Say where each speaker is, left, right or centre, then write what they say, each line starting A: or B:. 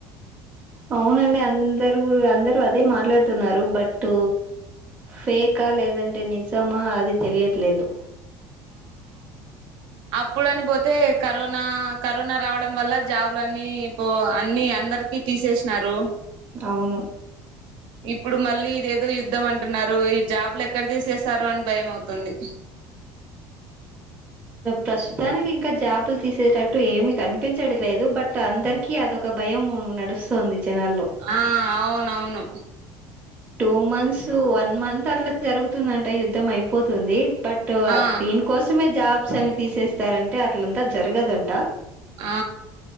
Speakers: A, on the right; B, on the right.
A: అవునండి అందరు అందరు అదే మాట్లాడుతున్నారు బట్ ఫేక్ ఆ లేదంటే నిజమా అది తెలియట్లేదు.
B: అప్పుడు అని పోతే కరోనా కరోనా రావడం వల్ల జాబ్లన్ని పో అన్ని అందర్ కి తీసేసినారు
A: అవును
B: ఇప్పుడు మళ్ళీ ఇదేదో యుద్ధం అంటున్నారు ఈ జాబ్లు ఎక్కడ తీసేసారో అని భయం అవుతుంది
A: ప్రస్తుతానికి ఇంకా జాబులు తీసేటట్టు ఏమి కనిపించడంలేదు బట్ అందరికీ అదొక భయం నడుస్తోంది జనాల్లో
B: ఆ అవునవును
A: టూ మంత్స్ వన్ మంత్ అట్లా జరుగుతుందంట యుద్ధం అయిపోతుంది బట్
B: ఆ
A: దీని కోసమే జాబ్స్ అని తీసేస్తారంటే అట్లంతా జరగదంట
B: ఆ